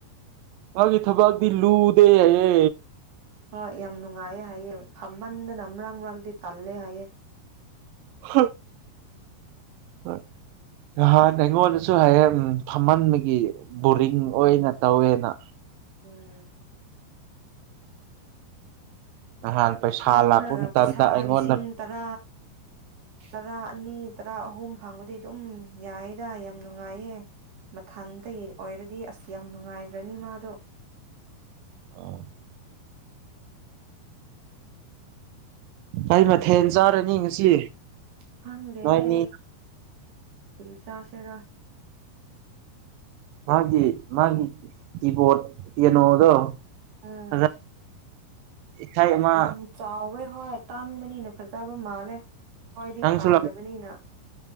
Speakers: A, on the right; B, on the right.
A: ꯃꯥꯒꯤ ꯊꯕꯛꯗꯤ ꯂꯨꯗꯦ ꯌꯥꯌꯦ
B: ꯍꯣꯏ ꯌꯥꯝ ꯅꯨꯡꯉꯥꯏꯌꯦ ꯍꯥꯏꯌꯦ ꯐꯝꯃꯟꯗꯅꯥ ꯃꯔꯛ ꯃꯋꯛꯇꯤ ꯇꯜꯂꯦ ꯍꯥꯏꯌꯦ
A: <unintelligible> ꯍꯣꯏ ꯅꯍꯥꯟ ꯑꯩꯉꯣꯟꯗꯁꯨ ꯍꯌꯦꯡ ꯐꯝꯃꯟꯕꯒꯤ ꯕꯣꯔꯤꯡ ꯑꯣꯏꯅ ꯇꯧꯋꯦꯅ
B: ꯎꯝ
A: ꯅꯍꯥꯟ ꯄꯩꯁꯥ
B: ꯐꯝꯔꯒ
A: ꯂꯥꯛꯄꯒꯤꯇꯟꯇꯥ
B: ꯄꯩꯁꯥ
A: ꯑꯩꯉꯣꯟꯗ
B: ꯂꯤꯁꯤꯡ ꯇꯔꯥ ꯇꯔꯥ ꯑꯅꯤ ꯇꯔꯥ ꯑꯍꯨꯝ ꯐꯪꯕꯗꯤ ꯑꯗꯨꯝ ꯌꯥꯏꯗ ꯌꯥꯝ ꯅꯨꯡꯉꯥꯏꯌꯦ ꯃꯊꯟꯇꯒꯤ ꯑꯣꯏꯔꯗꯤ ꯑꯁ ꯌꯥꯝ ꯅꯨꯡꯉꯥꯏꯒ꯭ꯔꯅꯤ ꯃꯥꯗꯣ
A: <unintelligible> ꯥꯀꯩ ꯃꯊꯦꯜ ꯆꯥꯔꯅꯤ ꯉꯁꯤ
B: ꯈꯪꯗꯦꯅꯦ
A: ꯅꯣꯏꯅꯤ
B: ꯀꯔꯤ ꯆꯥꯁꯤꯔ
A: ꯃꯥꯒꯤ ꯃꯥꯒꯤ ꯀꯤꯕꯣꯔꯠ ꯄꯤꯌꯥꯅꯣꯗꯣ
B: ꯑꯥ
A: ꯑꯗ ꯏꯁꯩ ꯑꯃ
B: ꯌꯥꯝ ꯆꯥꯎꯋꯦ ꯍꯣꯏ ꯇꯥꯡꯕꯅꯤꯅ ꯐꯖꯕ ꯃꯥꯜꯂꯦ ꯍꯣꯏꯗꯤ
A: ꯅꯪꯁꯨ
B: ꯈꯡꯗꯕꯅꯤꯅ